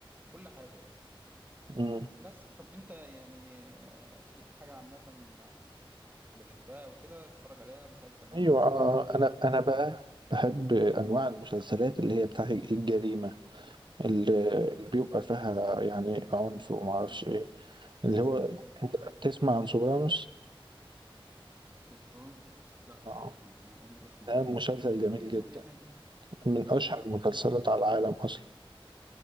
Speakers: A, on the right; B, on the right.
A: كل حاجه يعني
B: مم.
A: بس طب انت يعني آه، في حاجه عامه آه، بتحبها وكده تتفرج عليها مسلسل مثلا
B: ايوه آه
A: او حاجه ترشحها
B: انا
A: لي بقى؟
B: انا بقى بحب انواع
A: مم.
B: المسلسلات اللي هي بتاع الجريمه اللي, اللي بيبقى فيها يعني عنف وما اعرفش
A: حلو
B: ايه اللي
A: زي
B: هو
A: ايه كده
B: انت تسمع عن سوبرانوس
A: سوبرانوس لا بصراحة
B: اه
A: انا ما اول مرة اسمع
B: ده
A: عنه
B: مسلسل
A: طب
B: جميل
A: احكي لي
B: جدا
A: عنه اي حاجة
B: من
A: طب
B: اشهر
A: احكي لي
B: المسلسلات
A: فكرته
B: على العالم اصلا